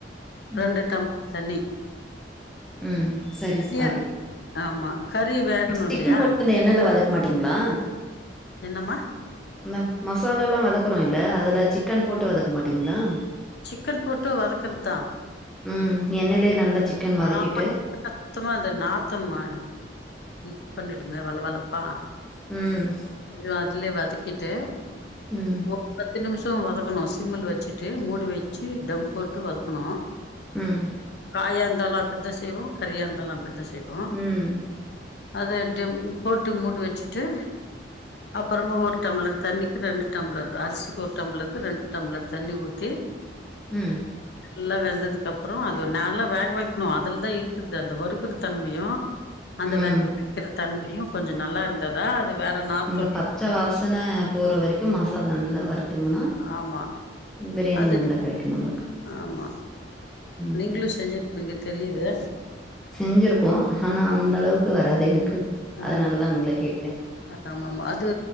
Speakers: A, in the centre; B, on the left.
A: ம்.
B: ரெண்டு டம் தண்ணி
A: ம் சரிஸ்
B: தனியா
A: பாதி
B: ஆமா கறி வேகணு
A: சிக்கன்
B: இல்லையா
A: போட்டு அந்த எண்ணெய்ல வதக்க மாட்டீங்களா
B: என்னம்மா
A: ந்த மசாலால்லா வதக்குறோ இல்ல அதுல சிக்கன் போட்டு வதக்க மாட்டீங்களா
B: சிக்கன் போட்டு வதக்றதுதா
A: ம் எண்ணையிலே நல்லா சிக்கன் வதக்கிட்டு
B: ஆமா சுத்தமா அ நாத்தம் ஆ இது பண்ணிடுமே வள வளப்பா
A: ம்
B: கொஞ்சோ அதுலே வதக்கிட்டு
A: ம்
B: ஒரு பத்து நிமிஷ வதக்கணு சிம்மில் வச்சுட்டு மூடி வச்சு டம்ப் போட்டு வதக்கணு
A: ம்
B: காயா இருந்தாலு அப்டிதா செய்வோ கறியா இருந்தாலு அப்டிதா செய்வோ
A: ம்.
B: அத டம் போட்டு மூடி வச்சுட்டு அப்பறமா ஒரு டம்ளர் தண்ணி ரெண்டு டம்ளர் அரிசிக்கு ஒரு டம்ளருக்கு ரெண்டு டம்ளர் தண்ணி ஊத்தி
A: ம்
B: ஃபுல்லா வெந்ததுக்கு அப்றோ அது நல்லா வேகவைக் கனு அதுல தா இருக்குறது அந்த வருக்குற தன்மையு அந்த வே
A: ம்.
B: <inaudible> வக்கிற தன்மையு கொஞ்சோ நல்லா இருந்ததா அது வேற நாத்தோ
A: அந்த பச்ச வாசன போற வரைக்கு மசால் நல்லா வருத்தம்னா
B: ஆமா
A: பிரியாணி
B: அது
A: நல்லா கெடைக்கு நம்மளுக்கு
B: ஆமா
A: ம்
B: நீங்களு செஞ்சிருப்பீங்க தெரியுது
A: செஞ்சுருக்கோ ஆனா அந்தளவுக்கு வராது எனக்கு
B: ஆ
A: அதனால தா உங்கள கேட்டே
B: ஆமாமா அது